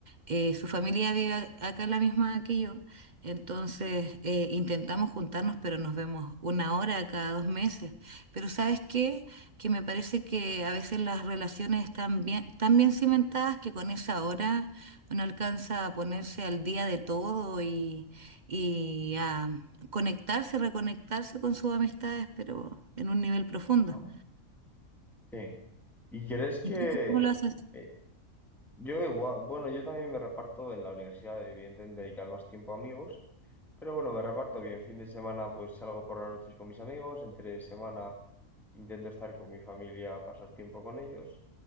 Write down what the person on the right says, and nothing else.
eh, su familia vive a- acá en la misma que yo. Entonces eh, intentamos juntarnos, pero nos vemos una hora cada dos meses. Pero ¿sabes qué? Que me parece que a veces las relaciones están bien, tan bien cimentadas que con esa hora uno alcanza a ponerse al día de todo y, y a conectarse, reconectarse con sus amistades, pero en un nivel profundo.
¿Y tú cómo lo haces?